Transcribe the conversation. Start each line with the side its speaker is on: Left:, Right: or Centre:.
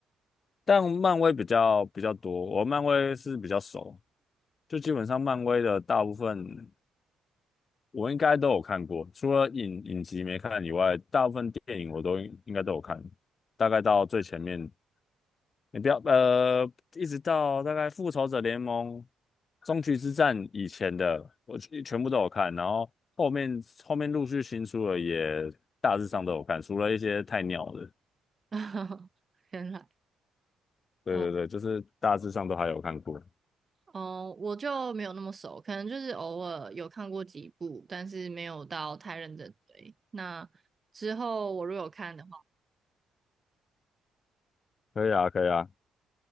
Left: 但漫威比较比较多，我漫威是比较熟，就基本上漫威的大部分我应该都有看过，除了影影集没看以外，大部分电影我都应应该都有看，大概到最前面你不要呃，一直到大概《复仇者联盟：终局之战》以前的，我全全部都有看，然后后面后面陆续新出了，也大致上都有看，除了一些太鸟的。
Right: <laughs> 原来
Left: 对对对，
Right: 哦
Left: 就是大致上都还有看过。
Right: 哦，我就没有那么熟，可能就是偶尔有看过几部，但是没有到太认真追。那之后我如果有看的话，
Left: 可以啊，可以啊，